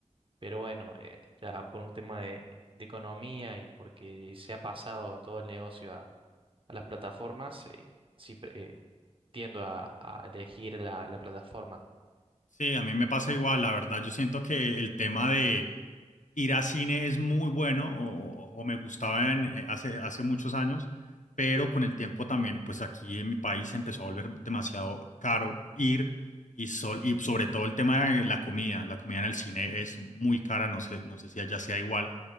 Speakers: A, on the right; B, on the left.
A: Pero bueno, eh, ya por un tema de, de economía y porque se ha pasado todo el negocio a, a las plataformas, eh, sí pre- eh, tiendo a, a elegir la, la plataforma.
B: sí, a mí me pasa igual, la verdad. Yo siento que el tema de ir a cine es muy bueno o, o me gustaba en, eh, hace, hace muchos años, pero con el tiempo también, pues aquí en mi país se empezó a volver demasiado caro ir y, sol, y sobre todo el tema de la comida, la comida en el cine es muy cara, no sé, no sé si allá sea igual,